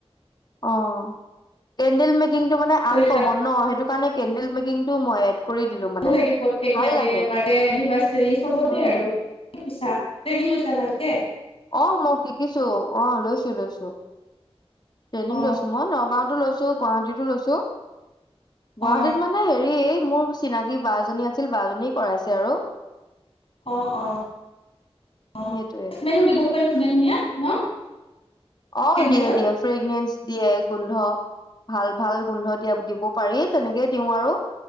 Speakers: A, on the left (about 40°); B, on the left (about 60°).
A: অ', কেনডেল মে কিন্তু মানে
B: কৰিলে
A: আনকমন
B: তাত
A: ন? সেইটো কাৰণে কেণ্ডেল মেকিংটো মই এড কৰি দিলোঁ, মানে
B: হেৰি ক'ত কেক
A: ভাল লাগে
B: বাৰ্থডে এনিভাৰ্চাৰী চবতে
A: উম।
B: আৰু <unintelligible> ট্ৰেইনিং লৈছা ভালকে?
A: অ, মই শিকিছোঁ অহ, লৈছো-লৈছো। ট্ৰেইনিং
B: অ
A: লৈছো মই নগাঁওতো লৈছো গুৱাহাটীতো লৈছো গুৱাহাটীত
B: অ
A: মানে হেৰি এই মোৰ চিনাকি বা এজনী আছিল বা জনী কৰাইছে আৰু।
B: অ', অ', অ',
A: সেইটোয়ে
B: <unintelligible> দিব পাৰিম ধুনীয়া-ধুনীয়া ন?
A: অ,
B: কেণ্ডেলত
A: দিয়ে-দিয়ে ফ্ৰেগনেন্ঞ্চ। দিয়ে গোন্ধ ভাল-ভাল গোন্ধ দিয়া দিব পাৰি তেনেকেই দিওঁ আৰু।